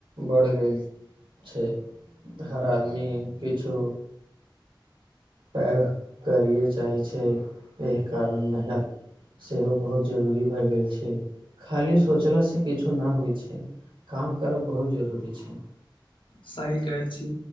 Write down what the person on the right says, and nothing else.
बढ़ि गेल छै हर आदमी किछो
पैघ करिए चाहै छै एहि कारण मेहनत सेहो बहुत जरूरी भए गेल छै खाली सोचलासँ किछु नहि होइ छै काम करब बहुत जरूरी छै